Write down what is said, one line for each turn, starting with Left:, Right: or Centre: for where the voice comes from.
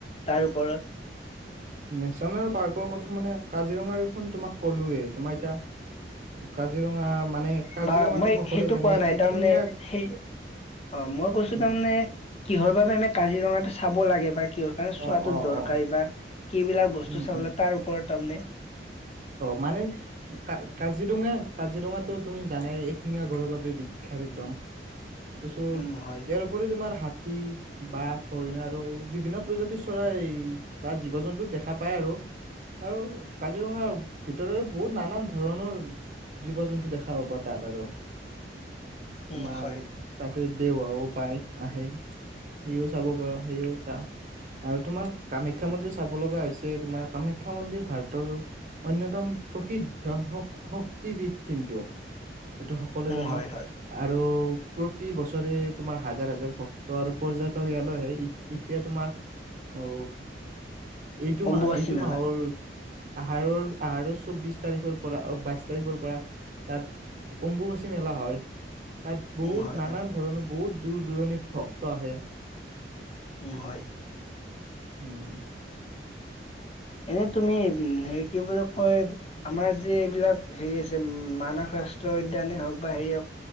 Left: তাৰ ওপৰত।
Right: নেচনেল পাৰ্কৰ কথা মানে কাজিৰঙা দেখোন তোমাক ক'লোৱেই তোমাৰ এতিয়া কাজিৰঙা মানে কাজিৰঙাটো
Left: বা মই
Right: সকলোৱে
Left: সেইটো
Right: জানে,
Left: কোৱা নাই
Right: এশিঙীয়া
Left: তাৰমানে সেই অ মই কৈছো
Right: উম,
Left: তাৰমানে কিহৰ বাবে আমি কাজিৰঙা চাব লাগে বাকী কিহৰ কাৰণে
Right: অ',
Left: চোৱাতো
Right: অ',
Left: দৰকাৰী
Right: অ',
Left: বা কিবিলাক বস্তু
Right: উম,
Left: চাবলে
Right: উম,
Left: তাৰ ওপৰত। তামানে।
Right: অ মানে কা কা। কাজিৰঙা কাজিৰঙাতো তুমি জানাই এশিঙা গড়ৰ বাবে বিখ্যাত একদম তাপাছত
Left: উম হয়
Right: ইয়াৰ উপৰিও তোমাৰ হাত হাতী, বাঘ, হৰিণা আৰু বিভিন্ন প্ৰজাতিৰ চৰাই বা জীৱ জন্তু দেখা পায় আৰু আৰু কাজিৰঙা। ভিতৰৰ বহুত নানান ধৰণৰ জীৱ জন্তু দেখা পাবা তাত আৰু। তোমাৰ
Left: উম হয়
Right: তাত। দেওহাঁহ ও পাই আহে সিও চাব পাৰ সিও তা আৰু তোমাৰ কামাখ্যা মন্দিৰ চাব লগা হৈছে তোমাৰ কামাখ্যা মন্দিৰ ভাৰতৰ অন্যতম প্ৰসিদ্ধ হক হক। কি বিধ কিন্তু। হেইটো সকলোৱে
Left: উম
Right: জানে।
Left: হয় হয়
Right: আৰু, প্ৰতি বছৰে তোমাৰ হাজাৰ হাজাৰ ভক্ত আৰু পৰ্যাটক ইয়ালৈ আহে। এত এতিয়া তোমাৰ, অ এইটো
Left: অম্বুবাচী
Right: মাহ, এইটো
Left: মেলা
Right: মাহল। আহাৰৰ, আৰু চু চৌবিশ তাৰিখৰ পৰা অ বাইছ প তাৰিখৰ পৰা, তাত অম্বুবাচী মেলা হয়। তাত বহুত
Left: উম হয়
Right: নানান
Left: হয়
Right: ধৰণৰ বহুত, দূৰ দূৰণিত ভক্ত আহে।
Left: উম, হয়।
Right: উম।
Left: এনে তুমি হেৰি কি বুলি কয়, আমাৰ যে এইবিলাক হেৰি আছে মানস ৰাষ্ট্ৰ উদ্যানে হওক বা হেৰি হওঁক